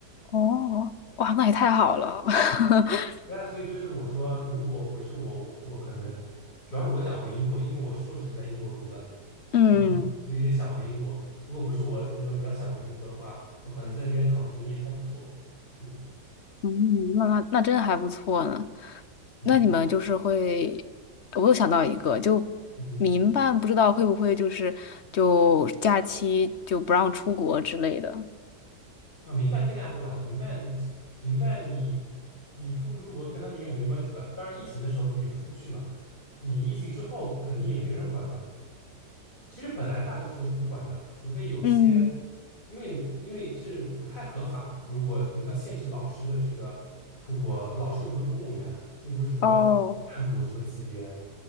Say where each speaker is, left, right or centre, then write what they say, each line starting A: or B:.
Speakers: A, on the left; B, on the left.
A: 哦，哇，那也太好了。<laughs>
B: 那所以就是我说，如果不是我，我我可能主要是我想回英国，因为我硕士是在英国读的，
A: 嗯
B: 然后我就有点想回英国。如果不是我那时候比较想回英国的话，我可能在那边躺平也还不错。是的，
A: 嗯，那那那真还不错呢。
B: 嗯
A: 那你们就是会，我又想到一个，就民办不知道会不会就是就假期就不让出国之类的。
B: 嗯。啊，民办更加不管了。民办，民办你，你出不出国跟他们应该没关系吧？当然，疫情的时候也出不去嘛。你疫情之后肯定也没人管吧？其实本来大多数都是不管的，除非有些，
A: 嗯，
B: 因为因为这不太合法。如果你像限制老师的这个出国，老师又不是公务员，又不是什么
A: 哦。
B: 干部什么级别，